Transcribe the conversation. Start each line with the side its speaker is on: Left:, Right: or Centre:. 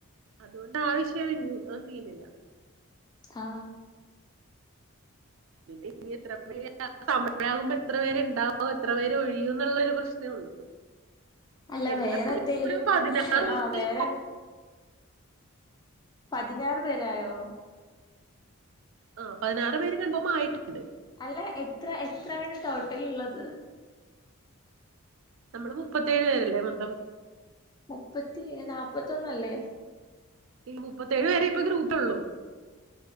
Right: അതുകൊണ്ട് ആവശ്യ സീനില്ല
Left: ആ
Right: പിന്നെ ഇനി എത്ര പേ സമയമാകുമ്പോ എത്ര പേര്ണ്ടാവും എത്ര പേര് ഒഴിയും എന്നുള്ള ഒരു പ്രശ്നേ ഉള്ളൂ <unintelligible>
Left: അല്ല
Right: എങ്ങനെ
Left: വേറെ എന്തേലും
Right: ഒരു പതിനാറ് പേര്
Left: ആ വേറെ പതിനാറ് പേരായോ
Right: ആ പതിനാറ് പേര് കൺഫോം ആയിട്ടുണ്ട്
Left: അല്ല എത്ര എത്രയാണ് ടോട്ടൽ ഉള്ളത്
Right: നമ്മള് മുപ്പത്തേഴു പേരല്ലേ മൊത്തം
Left: മുപ്പത്തി നാല്പ്പത്തൊന്നല്ലേ
Right: ഈ മുപ്പത്തേഴ് വരെ ഇപ്പ ഗ്രൂപ്പ ഉള്ളു